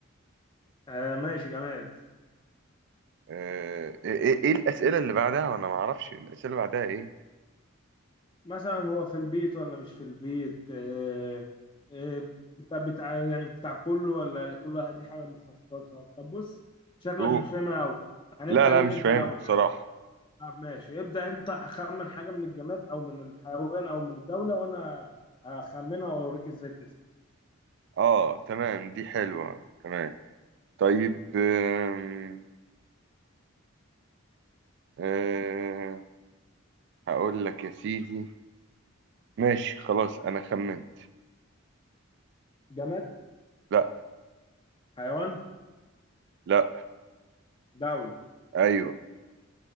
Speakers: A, on the left (about 20°); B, on the right (about 55°).
A: آه ماشي جماد
B: آه ايه ايه إيه الأسئلة اللي بعدها وانا ما اعرفش الأسئلة اللي بعدها ايه
A: مثلا هو في البيت ولا مش في البيت آه، آه، بتاع بتاع يعني بتاع كله ولا كل واحد ليه حاجة مخصصة طب بص شكلك
B: اوه
A: مش فاهمها أوي هنبدأ
B: لا لا
A: بيك
B: مش
A: أنت
B: فاهمها
A: الأول
B: بصراحة
A: يا عم طب ماشي ابدأ أنت خمن حاجة من الجماد أو من الحيوان أو من الدولة وأنا هخمنها وأوريك إزاي تسأل
B: اه تمام دي حلوة تمام طيب آم، آه هقول لك يا سيدي ماشي خلاص انا خمنت
A: جماد
B: لا
A: حيوان
B: لا
A: دولة
B: ايوه